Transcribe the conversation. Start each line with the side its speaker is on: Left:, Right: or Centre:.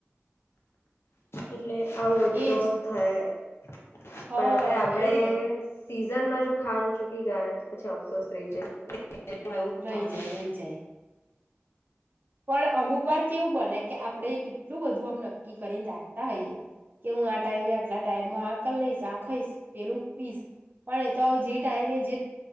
Left: એલે આવું બધું
Right: એજ
Left: તો થાય
Right: હા
Left: પણ હવે આપડે
Right: એજ ને
Left: સીઝનમાં જો ખાડો ચૂકી ગાય તો પછી અફસોસ રહી જાય ઉથળ
Right: રહી જાય રહી જાય પણ અમુક વાર કેવું બને કે આપણે કેટલું બધું આમ નક્કી કરીને રાખતા હોઈયએ કે હું આ ટાઈમે આટલા ટાઈમમાં આક લઈશ આખાઈશ પેલું પીશ પણ એ તો જે ટાઈમે જે